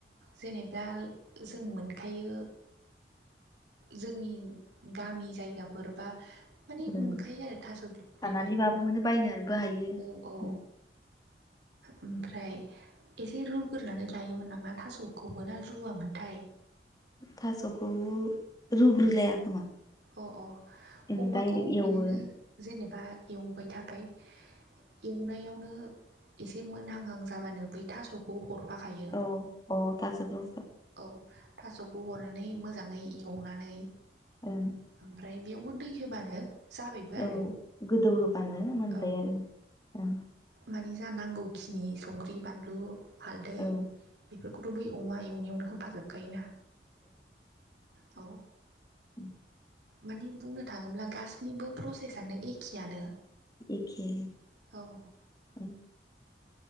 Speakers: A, on the right; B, on the left.
A: जेनेबा जों मोनखायो जोंनि गामि जायगाफोर बा माने
B: ओं
A: मोनखायो आरो थास'
B: खानानैबाबो
A: बिबारखौथ'
B: मोनो बायनानैबो हायो
A: औ औ औ
B: उम,
A: ओमफ्राय एसे रुग्रोनानै लायोमोन नामा थास'खौबो ना रुवामोनथाय
B: थास'खौबो रुग्रोलाया खोमा
A: अ अ
B: उम
A: अमाखौबो
B: डाइरेक्ट एवो
A: बिदिनो जेनेबा एवबाय थाबाय एवनायावनो एसे मोनहांहां जाबानो बै थास'खौ हरफाखायो
B: ओं अ थास'खौ
A: औ थास'खौ हरनानै मोजाङै एवनानै
B: ओं
A: ओमफ्राय बेयावबो दै होबानो जाबायबो आरो
B: औ गोदौ होबानो मोनबाय
A: औ
B: आरो ओं
A: मानि जा नांगौखिनि संख्रि बानलु हालदै
B: औ
A: बेफोरखौथ' बे अमा एवनायावनो होफाजोबखायोना औ
B: उ
A: माने बुंनो थाङोब्ला गासिनिबो प्रसेसनो एखेयानो
B: एखे
A: औ
B: ओं